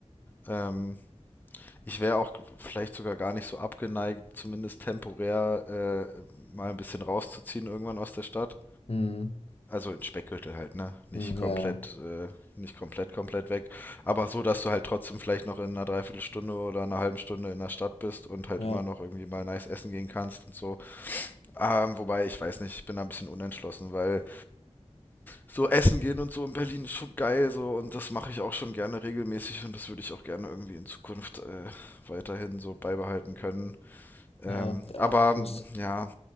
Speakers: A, on the left (about 15°); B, on the left (about 60°).
A: Ähm, ich wäre auch vielleicht sogar gar nicht so abgeneigt, zumindest temporär äh, mal ein bisschen rauszuziehen irgendwann aus der Stadt.
B: Hm,
A: Also in Speckgürtel halt, ne? Nicht
B: hm,
A: komplett,
B: ja, ja,
A: äh, nicht komplett, komplett weg. Aber so, dass du halt trotzdem vielleicht noch in einer Dreiviertelstunde oder einer halben Stunde in der Stadt bist und halt
B: ja,
A: immer noch irgendwie mal nice essen gehen kannst und so. Ähm, wobei, ich weiß nicht, ich bin da ein bisschen unentschlossen, weil so essen gehen und so in Berlin ist schon geil so und das mache ich auch schon gerne regelmäßig und das würde ich auch gerne irgendwie in Zukunft äh, weiterhin so beibehalten können. Ähm,
B: ja, ja,
A: aber
B: muss.
A: ja,